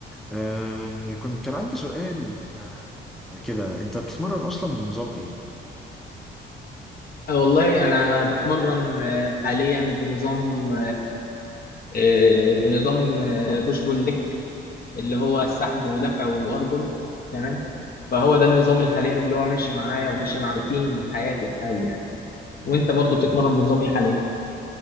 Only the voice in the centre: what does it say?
آه، كنت كان عندي سؤال كده انت بتتمرن اصلا بنظام ايه؟
الله